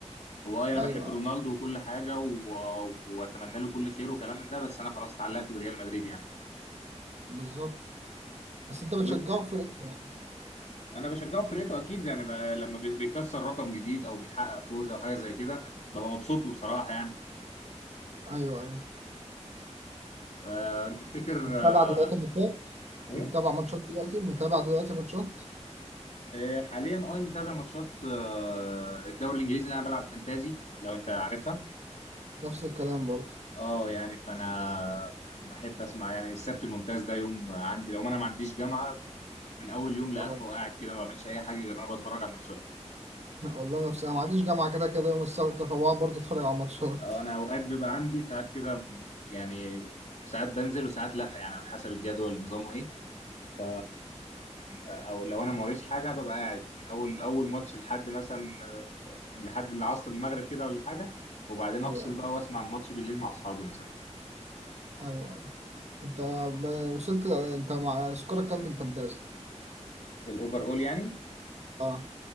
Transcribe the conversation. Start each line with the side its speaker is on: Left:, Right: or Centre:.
Left: هو اه انا
Right: ايوه
Left: بحب رونالدو وكل حاجه و... واتمنى له كل خير وكلام من ده بس انا خلاص اتعلقت بريال مدريد يعني
Right: بالظبط بس انت
Left: طب
Right: بتشجعه
Left: إنت-
Right: في فرقتك يعني
Left: انا بشجعه في فرقته اكيد يعني ب... لما بي- بيكسر رقم جديد او بيحقق فوز او حاجه زي كده ببقى مبسوط له بصراحه يعني
Right: ايوه ايوه
Left: آه، انت تفتكر
Right: متابع
Left: آه،
Right: دلوقتي ماتشات
Left: ايه
Right: أنت متابع ماتشات دلوقتي متابع دلوقتي ماتشات
Left: آه، حاليا اي متابع ماتشات آه، الدوري الانجليزي اللي انا بلعب فانتازي لو انت عارفها
Right: نفس الكلام برضه
Left: اه يعني فانا بحب اسمع يعني السبت الممتاز ده يوم عندي لو ما انا ما عنديش جامعه من اول يوم لاخره
Right: اه
Left: قاعد كده ما بعملش اي حاجه غير إن انا بتفرج على الماتشات
Right: والله نفس انا ما عنديش جامعه كده كده يوم السبت فبقعد برضه اتفرج على ماتشات
Left: اه انا اوقات بيبقى عندي ساعات كده يعني ساعات بنزل وساعات لا يعني على حسب الجدول نظامه ايه ف او لو انا ما وريش حاجه ببقى قاعد من اول اول ماتش لحد مثلا لحد العصر المغرب كده ولا حاجه وبعدين افصل
Right: ايوه
Left: بقى واسمع الماتش بالليل مع اصحابي مثلا
Right: ايوه ايوه انت ب- وصلت ل- انت مع سكورك كام في الفانتازي
Left: الاوفر اول يعني
Right: اه